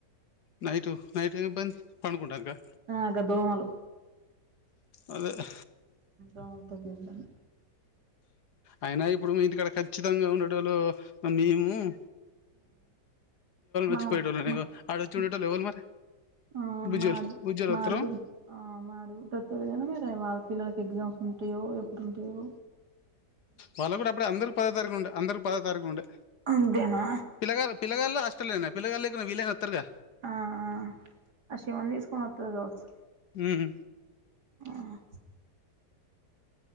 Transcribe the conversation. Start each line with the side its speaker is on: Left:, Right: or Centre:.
Left: నైటు నైట్ ఏ ఇబ్బంది. పనుకుంటనీకా
Right: ఆ గా దోమలు
Left: అదదే
Right: దోమల్తోటిబ్బంది.
Left: అయినా ఇప్పుడు మీ ఇంటికడ ఖచ్చితంగా ఉండేటోలు మేము హ్మ్
Right: మాహ్ మా
Left: వచ్చిపోయేటోళ్ళని
Right: మ
Left: ఆడ వచ్చి
Right: హ్
Left: ఉండేటోళ్ళు ఎవలు మరి
Right: ఆ
Left: బుజ్జోళ్ళు
Right: మా ఆడ్బి
Left: బుజ్జోళ్ళు
Right: ఆ మా
Left: వత్తరు
Right: ఆడ్బిడ్ మా ఆడ్బిడోత్తదిగని మరే వాళ్ళ పిల్లలకి ఎగ్జామ్. ఉంటాయో ఎప్పుడుంటాయో
Left: వాళ్ళ గూడా అప్డే అందర్ పదో తారీక్ ఉంటయ్ అందరుక్ పదో త్ తారీక్ ఉండే
Right: అంతేనా
Left: పిల్లగాల్ పిల్లగాళ్ళు అష్టలేనాయ్ పిల్లగాల్లేకున్న వీలైనా వోత్తర్గా
Right: ఆహ్ ఆ అ శవం తీసుకొని వత్తరు కావచ్చు.
Left: హ్మ్ హు
Right: ఆహ్